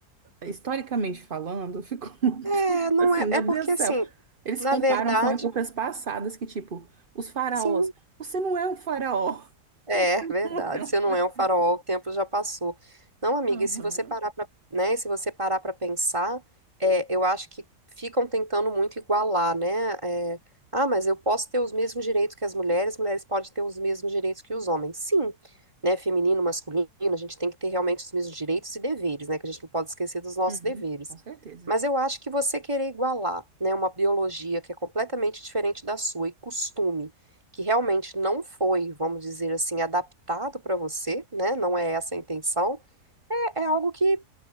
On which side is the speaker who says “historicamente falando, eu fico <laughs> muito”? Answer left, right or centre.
Right